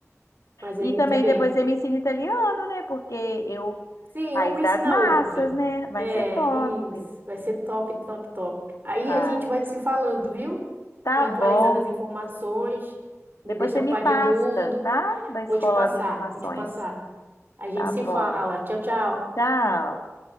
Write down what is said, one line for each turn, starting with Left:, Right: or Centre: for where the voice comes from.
Right: mas é
Left: E
Right: muito
Left: também
Right: bem.
Left: depois você me ensina italiano, né? Porque eu,
Right: Sim,
Left: país
Right: uma ensina
Left: das massas,
Right: a outra.
Left: né? Vai
Right: É,
Left: ser top.
Right: isso. Vai ser top, top, top. Aí
Left: Vai.
Right: a gente vai se falando, viu?
Left: Tá
Right: Tu me atualiza
Left: bom.
Right: das informações, me
Left: Depois
Right: deixa
Left: você
Right: a par
Left: me passa,
Right: de tudo.
Left: tá? Da escola
Right: Vou te passar,
Left: as informações.
Right: vou te passar. A gente
Left: Tá
Right: se
Left: bom.
Right: fala. Tchau, tchau.
Left: Tchau.